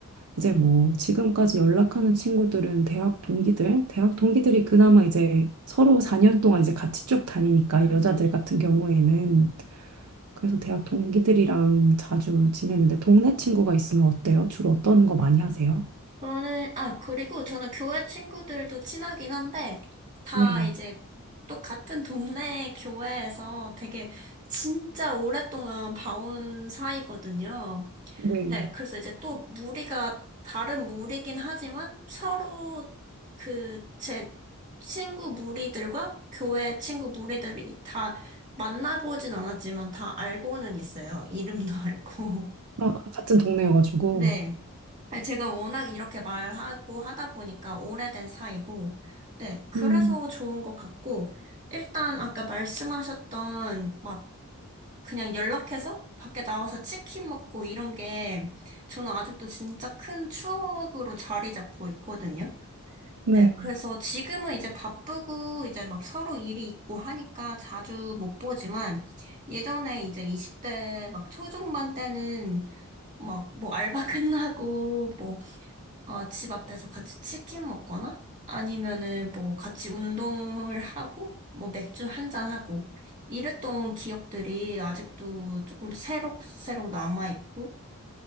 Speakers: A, on the right; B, on the right.
A: 이제 뭐 지금까지 연락하는 친구들은 대학 동기들, 대학 동기들이 그나마 이제 서로 4년 동안 이제 같이 쭉 다니니까
B: 그런
A: 여자들
B: 것 같아요.
A: 같은 경우에는 그래서 대학 동기들이랑 자주 지내는데 동네 친구가 있으면 어때요? 주로 어떤 거 많이 하세요?
B: 저는, 아, 그리고 저는 교회 친구들도 친하긴 한데, 다
A: 네,
B: 이제 또 같은 동네 교회에서 되게 진짜 오랫동안 봐온 사이거든요.
A: 네.
B: 네, 그래서 이제 또 무리가 다른 무리긴 하지만 서로 그 제 친구 무리들과 교회 친구 무리들이 다 만나보진 않았지만 다 알고는 있어요. 이름도 <laughs> 알고.
A: 아, 같은 동네여가지고
B: 네. 아니, 제가 워낙 이렇게 말하고 하다 보니까 오래된 사이고, 네. 그래서
A: 음,
B: 좋은 것 같고, 일단 아까 말씀하셨던 막 그냥 연락해서 밖에 나와서 치킨 먹고 이런 게 저는 아직도 진짜 큰 추억으로 자리 잡고 있거든요.
A: 네,
B: 네. 그래서 지금은 이제 바쁘고 이제 막 서로 일이 있고 하니까 자주 못 보지만 예전에 이제 20대 막 초중반 때는 막 뭐 알바 <laughs> 끝나고 뭐 어, 집 앞에서 같이 치킨 먹거나 아니면은 뭐 같이 운동을 하고 뭐 맥주 한 잔 하고 이랬던 기억들이 아직도 조금 새록새록 남아있고